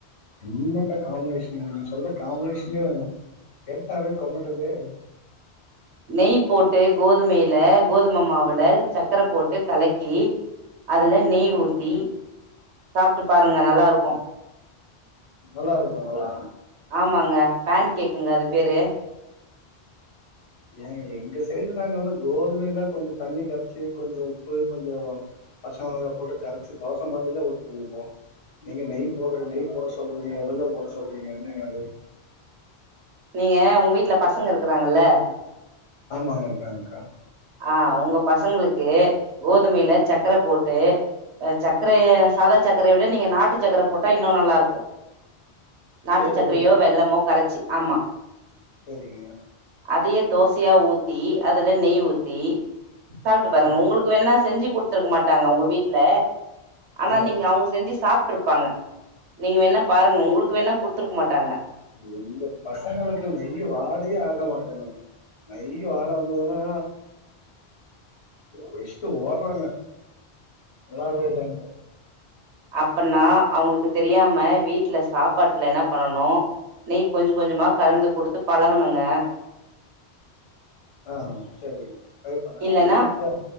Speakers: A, on the left; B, on the right.
A: என்னக்கா காம்பினேஷன் நீ சொல்ற காம்பினேஷனே கேட்டாவே கோமட்டதுதே
B: நெய் போட்டு கோதுமையில கோதுமை மாவுல சர்க்கரை போட்டு கலக்கி அதுல நெய் ஊத்தி சாப்பிட்டு பாருங்க நல்லா இருக்கும்
A: நல்லா இருக்கு
B: ஆமாங்க பேன் கேக்குங்க அது பேரு
A: ஏன் எங்க சைடு நாங்க வந்து கோதுமைையில கொஞ்சம் தண்ணி கரைச்சு கொஞ்சம் உப்பு கொஞ்சம் பச்சை மிளகா போட்டு கரைச்சு தோசை மாதிரி எல்லாம் ஊத்தி திம்போம் நீங்க நெய் போடுற நெய் போட சொல்றீங்க ஏதுஏதோ போட சொல்றீங்க என்னங்க அது
B: நீங்க உங்க வீட்டு்ல பசங்க இருக்கறாங்கல்ல
A: ஆமாங்க பிரங்க்கா
B: ஆஹ் உங்க பசங்களுக்கு கோதுமையில சக்கரை போட்டு சக்கரைய சாதா சக்க சக்கரை விட நீங்க நாட்டு சக்கரைய போட்டா இன்னும் நல்லா இருக்கும் நாட்டு
A: கோதுமைல
B: சக்கரயோ வெள்ளமோ கரச்சி ஆமா
A: செரிங்க
B: அதைய தோசயா ஊத்தி அதுல நெய் ஊதி சாட்டு பாருங்க
A: ஆ
B: உங்களுக்கு வேணா செஞ்சி கத்ருக்க மாட்டாங்க உங்க வீட்ல ஆனா
A: ஆ
B: நீங்க அவங்கொ செஞ்ச சாப்ப இருப்பாங்க நீங்க வேணா பாருங் உங்களுக்கு வேணா கொடுத்துருக்க மாட்டாங்க
A: எங்க பசங்களுக்கு நெய் வாடேயே ஆக மாட்டேங்குங்க நெய் வாட வந்ததுன்னா வெச்ட்டு ஓட்றாங்க என்ன வேலை
B: அப்னா அவங்களுக்கு தெரியாம வீட்டுல சாப்பாட்டுல என்ன பண்ணனு நீ கொஞ்சு கொஞ்சமா கலந்து கொடுத்து பழங்கணுங்க
A: ஆஹ செரி ட்ரை பண்ண
B: இல்லன்னா
A: வீட்டுல